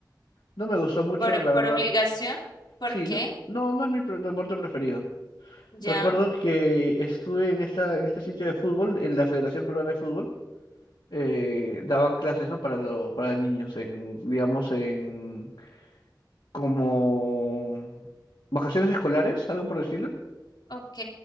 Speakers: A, on the left; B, on the left.
A: No me gustó mucho,
B: ¿Por,
A: la
B: por
A: verdad.
B: obligación? ¿Por
A: Sí,
B: qué?
A: no, no, no es mi pre- deporte preferido. Recuerdo
B: Ya.
A: que estuve en esta, en este sitio de fútbol, en la Federación Peruana de Fútbol. eh, daban clases, ¿no? Para lo, para niños, en, digamos, en como vacaciones escolares, algo por decirlo.
B: Ok,